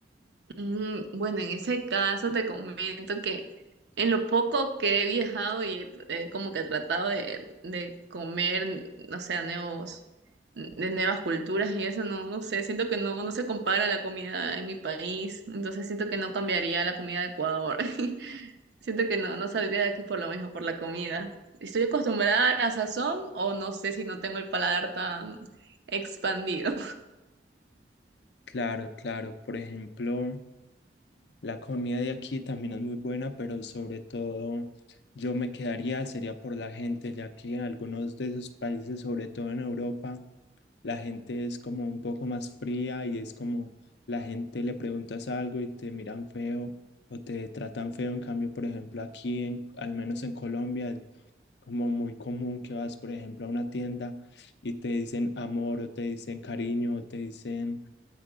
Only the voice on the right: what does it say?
Mm, bueno, en ese caso te comento que En lo poco que he viajado y he tr- he como que he tratado de, de comer, n- o sea, nuevos, de nuevas culturas y eso, no, no sé, siento que no, no se compara la comida en mi país, entonces siento que no cambiaría la comida de Ecuador. <laughs> Siento que no, no saldría de aquí por lo mismo, por la comida. Estoy acostumbrada a la sazón o no sé si no tengo el paladar tan expandido.